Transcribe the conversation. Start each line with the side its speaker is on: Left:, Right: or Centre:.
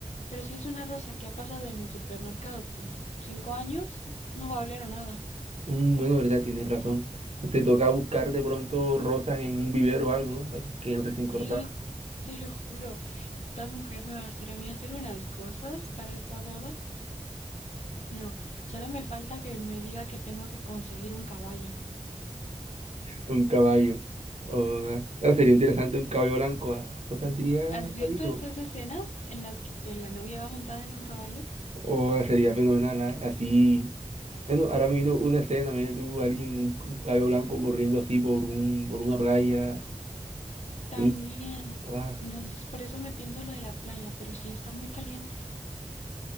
Left: Pero si es una rosa que ha pasado en el supermercado por cinco años, no va a oler a nada.
Right: Mm, Bueno, verdad, tienes razón. Se toca buscar de pronto rosas en un vivero o algo, ¿no? Para que queden recién
Left: Sí,
Right: cortadas.
Left: te lo juro, esta mujer me va a hacer a mí hacer unas cosas para esta boda. No, solo me falta que me diga que tengo que conseguir un caballo.
Right: Un caballo. O una- ah, sería interesante un caballo blanco. ah, Eso saldría
Left: ¿Has visto
Right: carito.
Left: estas escenas en las que la novia va montada en un caballo?
Right: O ah, sería fenomenal, ah, Así. Bueno, ahora me vino una escena, me vino tú, alguien, un, un caballo blanco corriendo así por un, por una playa.
Left: También.
Right: Y, guau.
Left: Entonces, por eso me pienso lo de la playa, pero si está muy caliente,